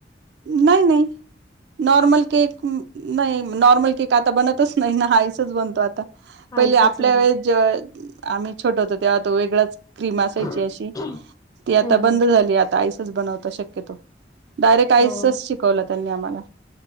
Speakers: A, on the right; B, on the left.
A: नाही नाही नॉर्मल केक नाही नॉर्मल केक आता बनतच नाही ना आईसच बनतो आता. पहिले
B: आईसच
A: आपल्या
B: वरी.
A: वेळेस जे आम्ही छोट होतो तेव्हा तो वेगळाच क्रीम असायची
B: हं,
A: अशी ती आता बंद
B: हं.
A: झाली आता आईसच बनवता शक्यतो. डायरेक्ट आईसचाच
B: हो,
A: शिकवला त्यांनी आम्हांला